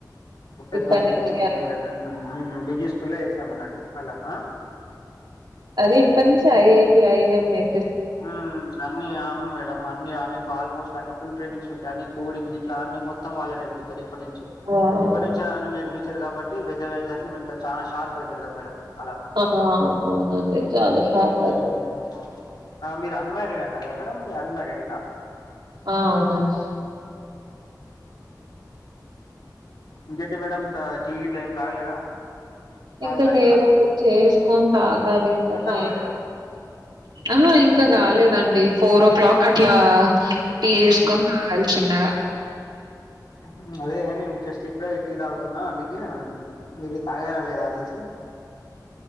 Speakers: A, on the left; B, on the right.
A: ఇప్పుడ్ పెద్దొని
B: ఇప్పటి నుంచి
A: ఈ డే ఉమ్ ఊ రిజిస్ కుల్లో ఏసామన్నటు అలా ఆ
B: అదే ఇప్పట్ నుంచి ఐఐటి ఐఐఎం ఏ
A: ఆ అన్నీ అవును మేడం అన్ని ఆర్ అన్ని ఫాల్మొస్ట్ అన్ని ఫుల్ ట్రైనింగ్స్ ఉంటాయి అన్ని కోడింగ్ ఇట్లా అన్ని మొత్తం వాళ్ళే నేర్పితరు ఇప్ ఇప్పడ్ నించే
B: వావ్!
A: ఇప్పడ్ నించి అవన్నీ నేర్పిస్తారు కాబట్టి పెద్దగ్ అయ్యేసరికి మనకి అద్ చానా షార్ప్ అయితరుగా మేడం అలా
B: పాపా ఆ అవునండి చాలా షార్ప్
A: హ్మ్
B: అయితే.
A: ఆ మీరు అన్మారీడ్ అన్నారు కదా మేడమ్ మీరు అన్మారిడ్ ఆ.
B: ఆ అవునండి
A: ఇంకంటి మేడం ఇంకా టీ గిట్లా ఏమి తాగలేదా. చాయ్
B: ఇంకా
A: తాగిల్లా
B: లేదు అండి చేసుకొని, తాగాలి ఇంకా
A: అర్థం
B: టైం.
A: కాలేదండి
B: ఆ ఇంకా కాలేదండి. అండి ఫోర్ ఓ క్లాక్కి అట్లా టీ చేసుకొని,
A: హ్మ్
B: తాగాలి చిన్నగా.
A: ఆ అదే నేను జస్ట్ ఇప్పుడే టీ తాగుతున్నా అందుకె, మీరు. తాగారా, లేదా అనేసి.